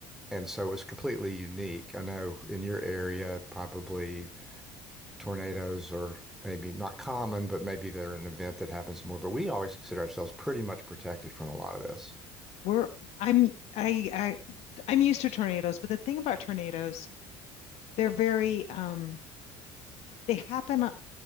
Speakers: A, in the centre; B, on the left.
A: and so it was completely unique. I know in your area, probably tornadoes are maybe not common, but maybe they're an event that happens more. But we always consider ourselves pretty much protected from a lot of this.
B: we're I'm I I I'm used to tornadoes, but the thing about tornadoes they're very um they happen, uh,